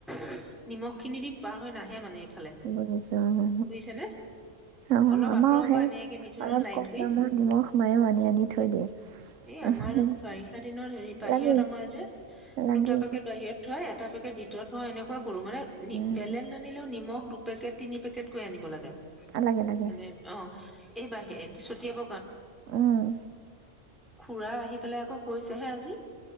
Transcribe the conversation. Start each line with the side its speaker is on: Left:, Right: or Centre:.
Centre: <inaudible> নিমখ খিনি দি পাৰ হৈ! <unintelligible>
Right: <inaudible> আমাৰ সেই
Centre: বুজিছেনে
Right: অলপ
Centre: অলপ আঁতৰৰ পৰা এনেকে দি থওঁ ন লাইন
Right: কম
Centre: কৰি
Right: দামৰ নিমখ মায়েও আনি আনি থৈ দিয়ে।
Centre: এই আমাৰ দেখোন বাৰিষা দিনত হেৰি বাহিৰত
Right: লাগে
Centre: আমাৰ যে
Right: লাগে
Centre: দুটা পেকেট বাহিৰত থৈ তাৰ <unintelligible> ভিতৰত ভৰাই এনেকুৱা! কৰো মানে
Right: উম,
Centre: বেলেগ নানিলেও নিমখ দু পেকেট তিনি পেকেট কৈ আনিব লাগে।
Right: লাগে লাগে
Centre: মানে অ বাহিৰেদি <unintelligible> ছতিৱাব
Right: উম!
Centre: খুৰা আহি পেলায় আকৌ! কৈছে হে আজি!